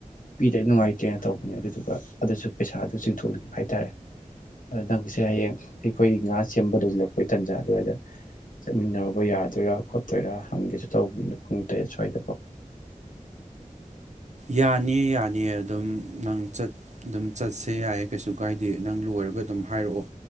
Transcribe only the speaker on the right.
ꯌꯥꯅꯤꯌꯦ ꯌꯥꯅꯤꯌꯦ ꯑꯗꯨꯝ ꯅꯪ ꯑꯗꯨꯝ ꯆꯠꯁꯦ ꯌꯥꯏꯌꯦ ꯀꯩꯁꯨ ꯀꯥꯏꯗꯦ ꯅꯪ ꯂꯣꯏꯔꯒ ꯑꯗꯨꯝ ꯍꯥꯏꯔꯛꯑꯣ